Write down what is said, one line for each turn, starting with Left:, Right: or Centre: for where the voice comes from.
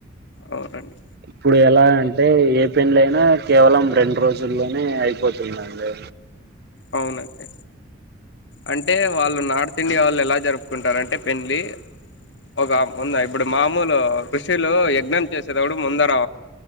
Left: అవునండి
Right: ఇప్పుడు ఎలా అంటే ఏ పెండ్లయ నా కేవలం రెండు రోజుల్లోనే అయిపోతుందండి
Left: అవునండి అంటే వాళ్ళు నార్త్ ఇండియా వాళ్ళు ఎలా జరుపుకుంటారంటే పెళ్లి ఒక ముంద ఇప్పుడు మామూలు ఋషిలు యజ్ఞం చేసేటప్పుడు ముందర